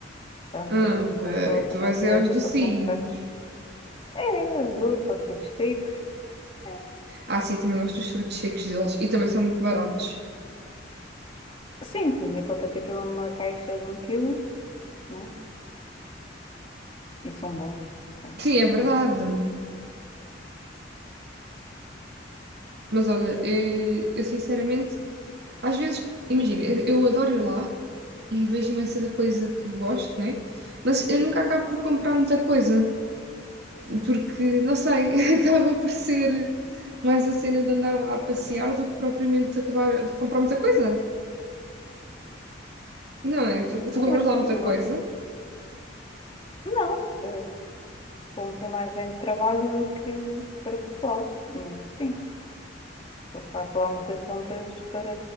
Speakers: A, on the left; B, on the right.
A: Portanto,
B: Ah,
A: uma
B: ok.
A: pessoa também
B: Tu vais
A: aproveita
B: é aos docinhos.
A: para comprar. É, doce, aos frutos secos. É.
B: Ah, sim, eu também gosto dos frutos secos deles. E também são muito baratos.
A: Sim, tendo em conta que aquilo é uma caixa de um quilo, né? E são bons. São,
B: Sim, é verdade.
A: são bons.
B: Mas olha, eh, eu, sinceramente, às vezes, imagina, eu, eu adoro ir lá e vejo imensa coisa que gosto, né? Mas eu nunca acabo por comprar muita coisa. porque, não sei, <laughs> acaba por ser mais a cena de andar lá a passear do que propriamente acabar de comprar muita coisa. Não é? Tu, tu compras
A: É
B: lá muita
A: uma-
B: coisa.
A: Não, eh, compro mais em trabalho do que para pessoal. Mas sim, eu faço lá muitas compras para